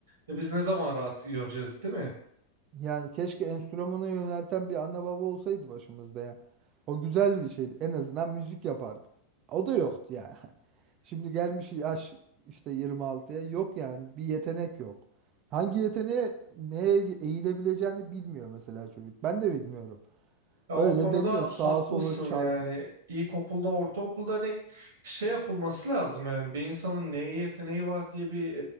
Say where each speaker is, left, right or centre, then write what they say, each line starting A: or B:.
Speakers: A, on the right; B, on the right.
A: e, biz ne zaman rahat göreceğiz değil mi?
B: Yani keşke enstrümana yönelten bir ana baba olsaydı başımızda ya. O güzel bir şeydi. En azından müzik yapardık. O da yoktu ya. <laughs> Şimdi gelmiş yaş işte 26'ya yok yani bir yetenek yok. Hangi yeteneğe neye eğilebileceğini bilmiyor mesela çocuk. Ben de bilmiyorum.
A: Ya
B: Öyle
A: o konuda
B: deniyor
A: haklısın
B: sağa sola çarp.
A: yani ilkokulda ortaokulda hani şey yapılması lazım yani bir insanın neye yeteneği var diye bir